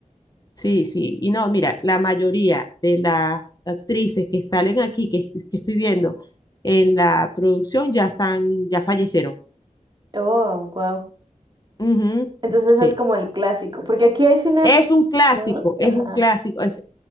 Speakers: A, on the left; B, on the right.
A: Sí, sí. Y no, mira, la mayoría de las actrices que salen aquí, que, que estoy viendo en la producción, ya están, ya fallecieron.
B: Oh, wow.
A: Ujú,
B: Entonces
A: sí.
B: es como el clásico, porque aquí hay cine,
A: Es un clásico,
B: ¿no?
A: es
B: Ajá.
A: un clásico, es,